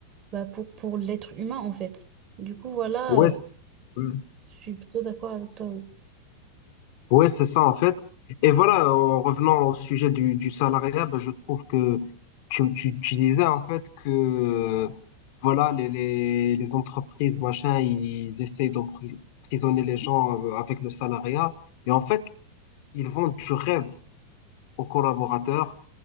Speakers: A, on the right; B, on the left.
A: bah, pour, pour l'être humain, en fait. Du coup, voilà,
B: Ouais,
A: euh,
B: c'est- ouais,
A: je suis plutôt d'accord avec toi. oui.
B: Ouais, c'est ça, en fait. Et voilà, en revenant au sujet du, du salariat, ben, je trouve que tu, tu, tu disais, en fait, que, euh, voilà, les, les, les entreprises, machin, ils essayent d'emprisonner les gens euh, avec le salariat. Et en fait, ils vendent du rêve aux collaborateurs.